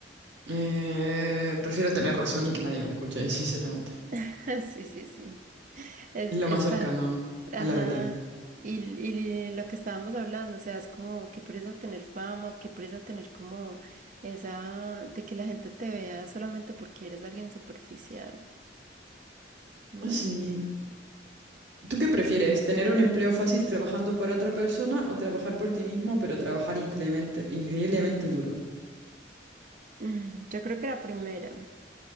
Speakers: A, on the right; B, on the right.
A: Eh, prefiero tener razón y que nadie me escuche, <laughs> sinceramente.
B: <laughs> Sí, sí, sí. Es,
A: Es
B: está.
A: lo más cercano
B: Ajá.
A: a la realidad.
B: Y, y lo que estábamos hablando, o sea, es como qué presa tener fama o qué presa tener como esa de que la gente te vea solamente porque eres alguien superficial. No.
A: Sí, ¿Tú qué prefieres? ¿Tener un empleo fácil trabajando para otra persona o trabajar por ti mismo, pero trabajar increíblemente, increíblemente duro?
B: Mm, Yo creo que la primera,